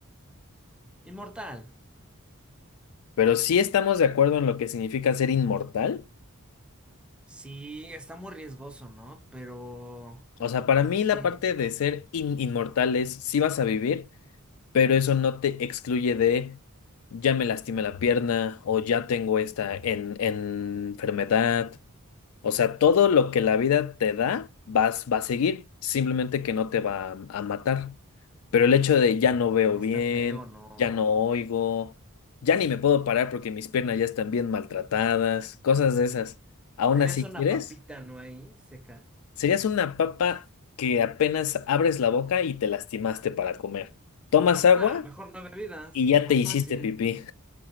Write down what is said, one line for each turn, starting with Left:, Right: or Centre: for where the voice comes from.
Centre: Inmortal.
Left: Pero sí estamos de acuerdo en lo que significa ser inmortal.
Centre: Sí, está muy riesgoso, ¿no? Pero
Left: O sea, para mí
Centre: sí,
Left: la parte de ser in- inmortal es sí vas a vivir, pero eso no te excluye de ya me lastimé la pierna o ya tengo esta en- enfermedad O sea, todo lo que la vida te da vas, va a seguir, simplemente que no te va a, a matar. Pero el hecho de ya no veo bien,
Centre: está feo, ¿no?
Left: ya no oigo, ya ni me puedo parar porque mis piernas ya están bien maltratadas, cosas de esas. Aún
Centre: ¿Serías
Left: así,
Centre: una
Left: ¿quieres?
Centre: papita, no ahí, seca?
Left: Serías una papa que apenas abres la boca y te lastimaste para comer. Tomas agua
Centre: Nah, mejor no bebidas.
Left: y ya
Centre: Más
Left: te hiciste
Centre: sí.
Left: pipí.